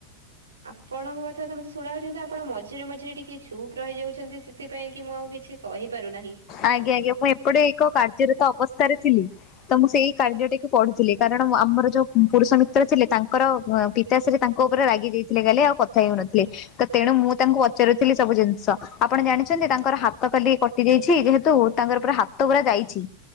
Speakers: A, on the right; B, on the left.
A: ଆପଣଙ୍କ କଥା ତ ମତେ ଶୁଣାଉ କିନ୍ତୁ ଆପଣ ମଝିରେ ମଝିରେ ଟିକେ ଛୁପ୍ ରହିଯାଉଛନ୍ତି ସେଥିପାଇଁ କି ମୁଁ ଆଉ କିଛି କହିପାରୁନାହିଁ।
B: ଆଜ୍ଞା ଆଜ୍ଞା ମୁଁ ଏପଟେ ଏକ କାର୍ଯ୍ୟରତ ଅବସ୍ଥାରେ ଥିଲି। ତ ମୁଁ ସେଇ କାର୍ଯ୍ୟଟିକୁ ପଢୁଥିଲି କାରଣ ଆମର ଯୋଉ ପୁରୁଷ ମିତ୍ର ଥିଲେ ତାଙ୍କର ପିତାଶ୍ରୀ ତାଙ୍କ ଉପରେ ରାଗି ଯାଇଥିଲେ କାଲି ଆଉ କଥା ହେଉନଥିଲେ। ତ ତେଣୁ ମୁଁ ତାଙ୍କୁ ପଚାରୁଥିଲି ସବୁ ଜିନିଷ ଆପଣ ଜାଣିଚନ୍ତି ତାଙ୍କର ହାତ କାଲି କଟି ଯାଇ ଛି ଯେହେତୁ ତାଙ୍କର ପୁରା ହାତ ପୁରା ଯାଇଛି